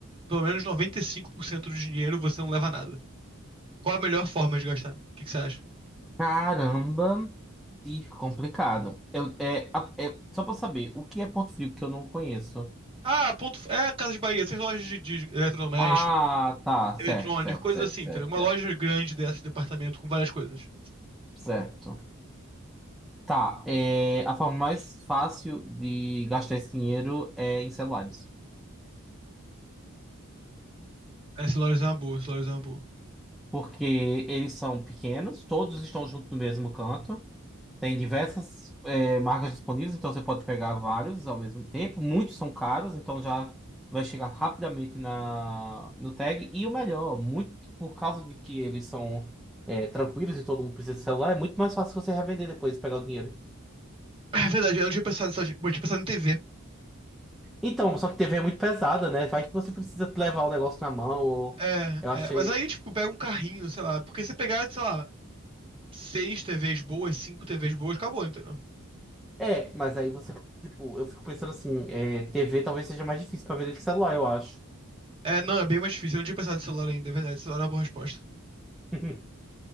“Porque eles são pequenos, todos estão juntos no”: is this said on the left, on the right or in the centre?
Centre